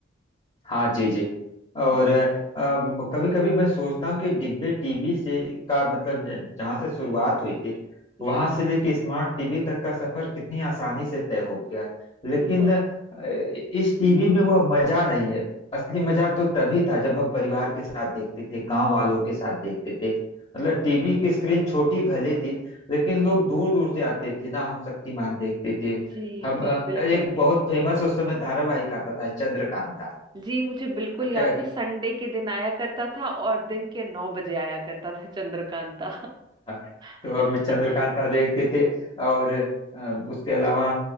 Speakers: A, on the left; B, on the right.
A: हाँ जी जी और
B: जी
A: कभी कभी मैं सोचता हूँ कि डिब्बे टीवी से का मतलब ज- जहाँ से शुरुआत हुई थी
B: जी
A: वहां से लेके स्मार्ट टीवी तक का सफर कितनी आसानी से तय हो गया लेकिन
B: बिल्कुल
A: अ, इस टीवी में वह मजा नहीं है असली मजा तो तभी था जब हम परिवार के साथ देखते थे गांव वालों के साथ देखते थे मतलब टीवी की स्क्रीन छोटी भले थी लेकिन
B: जी
A: लोग दूर दूर से आते थे ना हम शक्तिमान देखते थे
B: जी
A: हम
B: जी
A: अ,
B: बिल्कुल
A: एक बहुत फेमस उस समय धारावाहिक आता था चंद्रकांता
B: जी मुझे बिल्कुल
A: क्या
B: याद
A: क्या-
B: है संडे के दिन आया करता था और दिन के नौ बजे आया करता था चंद्रकांता
A: हाँ,
B: <laughs>
A: तो हम चंद्रकांता देखते थे और अ, उसके अलावा